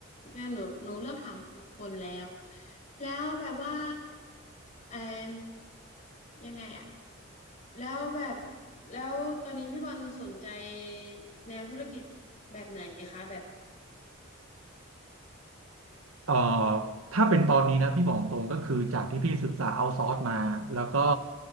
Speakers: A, on the left; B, on the right.
A: เนี่ยหนูหนูเลือกถามถูกคนแล้ว แล้วแบบว่าเอมยังไงอะ แล้วแบบ แล้วตอนนี้พี่บอลสนใจแนวธุรกิจแบบไหนคะแบบ
B: เอ่อถ้าเป็นตอนนี้นะพี่บอกตรงก็คือจากที่พี่ศึกษาเอาซอร์สมาแล้วก็